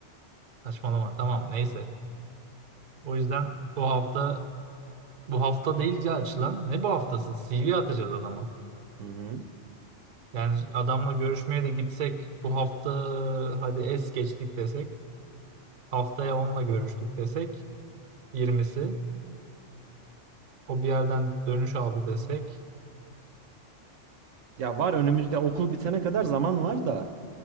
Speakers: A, on the right (about 40°); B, on the right (about 85°).
A: Saçmalama tamam neyse. O yüzden bu hafta bu hafta değil ya açılan. Ne bu haftası? CV atacağız adama.
B: Hı hı.
A: Yani adamla görüşmeye de gitsek bu hafta hadi es geçtik desek. Haftaya onunla görüştük desek. yirmisi O bir yerden dönüş aldı desek.
B: Ya var önümüzde okul bitene kadar zaman var da.